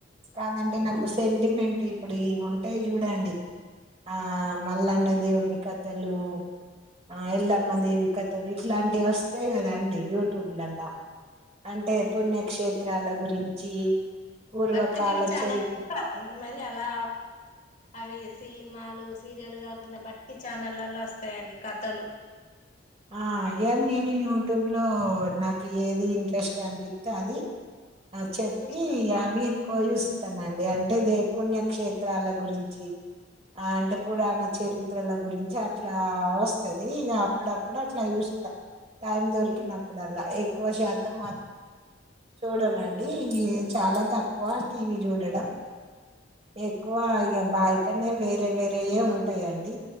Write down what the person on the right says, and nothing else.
కాదండి నాకు సెంటిమెంట్ ఇప్పుడు ఇవుంటాయి చూడండి ఆ మల్లన్న దేవుని కథలు ఆ ఎల్లమ్మ దేవి కథలు ఇట్లాంటివి వస్తేయి కదాండి యూట్యూబ్లలో అంటే పుణ్యక్షేత్రాల గురించి పూర్వకాల
చరిత్ర
ఆ అయన్ని యూట్యూబ్లో నాకు ఏది ఇంట్రెస్ట్ అనిపిస్తే అది ఆ చెప్పి
అవే కోయుస్తానండి అంటే దైపుణ్య క్షేత్రాల గురించి ఆ అంటే పురాణ చరిత్రల గురించి అట్లా వస్తది ఇక అప్పుడప్పు డు అట్లా చూస్తా టైం దొరికినప్పుడల్లా
ఎక్కువ శాతం మాత్ చూడంనండి చాలా తక్కువ టీవీ చూడడం ఎక్కువ ఇక బయటనే వేరే వేరేయే ఉంటాయండి